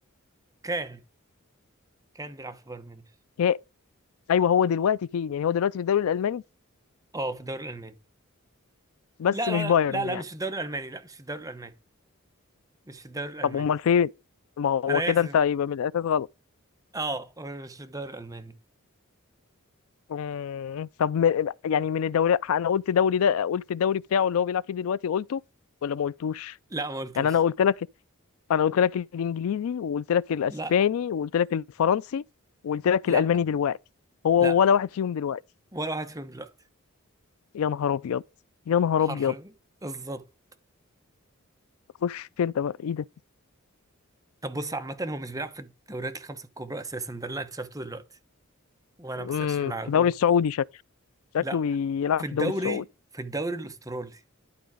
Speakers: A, on the right; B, on the left.
A: كان كان بيلعب في بايرن ميونخ
B: يا- ايوه هو دلوقتي فين يعني هو دلوقتي في الدوري الالماني
A: اه في الدوري الالماني
B: بس
A: لا
B: مش
A: لا لا
B: بايرن
A: لا لا
B: يعني
A: مش في الدوري الالماني لا مش في الدوري الالماني مش في الدوري الالماني
B: طب امال فين ما هو
A: انا
B: كده
A: اسف
B: انت يبقى من الاساس غلط
A: اه هو مش في الدوري الالماني
B: مم. طب من يعني من الدوري انا قلت دوري ده قلت الدوري بتاعه اللي هو بيلعب فيه دلوقتي قلته ولا ما قلتوش
A: لا ما قلتوش
B: يعني انا قلت لك انا قلت لك الانجليزي وقلت لك الاسباني
A: لا
B: وقلت لك الفرنسي وقلت لك
A: لا
B: الالماني دلوقتي هو
A: لا
B: ولا واحد فيهم دلوقتي
A: ولا واحد فيهم دلوقتي
B: يا نهار ابيض يا نهار
A: حرفيا
B: ابيض
A: بالظبط
B: خش انت بقى ايه ده
A: طب بص عامة هو مش بيلعب في الدوريات الخمسة الكبرى أساسا ده اللي أنا اكتشفته دلوقتي وأنا
B: امم
A: بسيرش من على
B: في الدوري
A: جوجل
B: السعودي شكله
A: لا
B: شكله بيلعب
A: في الدوري
B: في الدوري السعودي
A: في الدوري الأسترالي